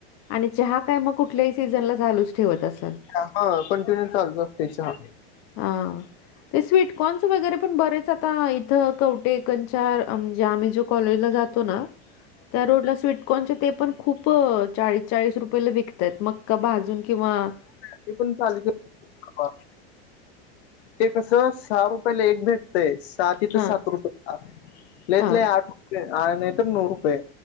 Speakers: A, on the left; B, on the left.
A: आणि चहा काय मग, कुठल्याही सीझनला चालूच ठेवत असाल.
B: हा,, कंटिन्यूली चालुच असतेय चहा.
A: आं, ते स्वीटकॉर्न्स वगैरे पण बरेच आता, इथं कवटेऐकंद चार म्हणजे आम्ही जोऽ कॉलेज ला जातो ना, त्या रोडला स्विटकॉरनऽ कॉनचे ते पण खूप,, चाळीस, चाळीस रुपयेला विकताएत,, मक्का भाजून किंवाऽ
B: ते पण चालू कीऽ ते कसं,, सहा रुपयाला एक भेटऽ तय,, सात इ
A: हां,
B: तर सात रुपये लेय
A: हां,
B: ते लयआठ रुपये आणि नाही तर नऊ रुपये.